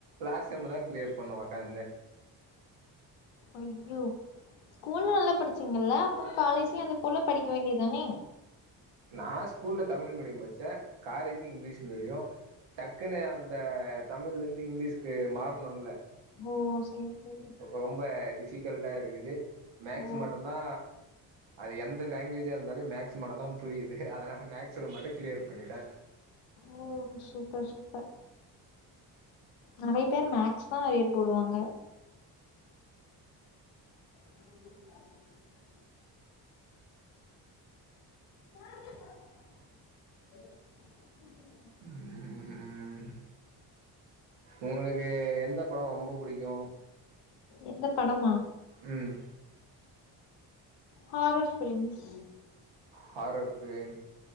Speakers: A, on the right (about 70°); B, on the left (about 80°).
A: லாஸ் செம் தா கிளியர் பண்ணுவே ஒக்காந்து
B: ஐய்யோ ஸ்கூல்ல நல்லா படிச்சிங்கல்ல அப்ப காலேஜ்ல அது போல படிக்க வேண்டியதுதானே
A: நா ஸ்கூல்ல தமிழ் மீடியம் படிச்சே காலேஜ்ல இங்லீஷ் மீடியோ டக்குன்னு அந்த தமிழ்ல இருந்து இங்கிலீஷ்கு மாறணுல
B: ஓ சேரி சேரி
A: ரொம்ப டிஃபிகல்ட்ட இருக்குது மேக்ஸ்
B: ஓ!
A: மட்டுந்தா அது எந்த லாங்வேஜா இருந்தாலு மேக்ஸ் மட்டும்தான் புரியுது அதனால மேக்ஸ்ல மட்டும் கிளியர் பண்ணிட்டே
B: ஓ சூப்பர் சூப்பர் நெறைய பேர் மேக்ஸ் தா அறியர் போடுவாங்க <unintelligible> <unintelligible>
A: உம்ம் உங்களுக்கு எந்த படோ ரொம்ப பிடிக்கும்
B: எந்த படமா
A: உம்
B: ஹாரர் ஃபிலிம் <unintelligible>
A: ஹாரர் ஃபிலிம்